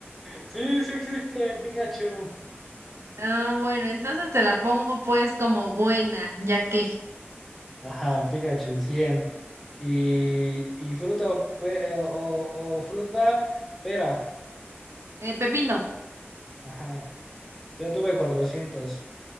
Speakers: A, in the centre; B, on the right.
A: Sí, sí existe Pikachu.
B: Ah, bueno, entonces te la pongo pues como buena, ya que.
A: Ajá, Pikachu cien Y, y fruta o, pe- eh, o- o fruta, pera.
B: Eh, Pepino,
A: Ajá, yo tuve cuatrocientos